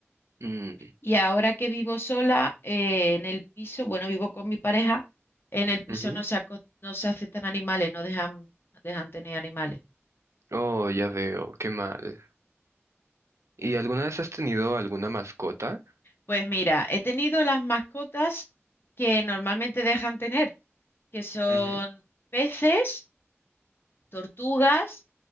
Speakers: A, on the right (about 80°); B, on the left (about 50°).
A: Mm,
B: y ahora que vivo sola eh, en el piso, bueno, vivo con mi pareja, en el piso
A: ujú.
B: no se, aco- no se aceptan animales, no dejan, dejan tener animales.
A: Oh, ya veo, qué mal. ¿Y alguna vez has tenido alguna mascota?
B: Pues mira, he tenido las mascotas que normalmente dejan tener, que son
A: Ujú.
B: peces, tortugas